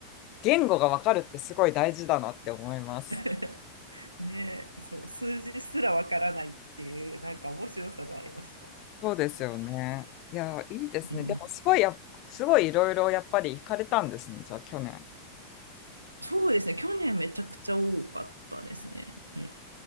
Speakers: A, on the left; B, on the right.
A: 言語がわかるってすごい大事だなって思います。
B: <laughs> ねえ、そう、数字すらわからないっていう、なんか面白さがありました。
A: そうですよね。いや、いいですね。
B: うん、
A: でも、すごいや、すごいいろいろやっぱり行かれたんですね、じゃあ、去年。
B: そうですね。去年めちゃくちゃ多かったですね。うん